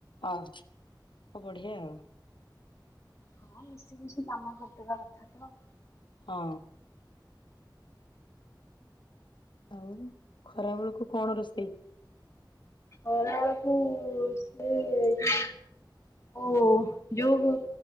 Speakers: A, on the left; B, on the left.
A: ଓଃ ବଢିଆ ଆଉ।
B: ହଁ ମିଶି ମୁଶି କାମ କରିଦବା କଥା ତ।
A: ହଁ। ଆଉ ଖରା ବେଳକୁ କଣ ରୋଷେଇ?
B: ହଁ ଖରାବେଳକୁ ସେଇ ଓ ଯୋଉ